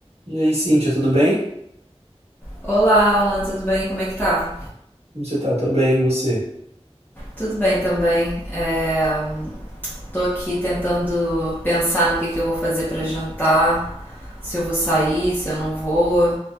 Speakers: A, on the right (about 70°); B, on the left (about 15°).
A: E aí, Cíntia, tudo bem?
B: Olá, Alan, tudo bem? Como é que tá?
A: Como você tá? Tô bem, e você?
B: Tudo bem também. É, tô aqui tentando pensar no que que eu vou fazer para jantar, se eu vou sair, se eu não vou.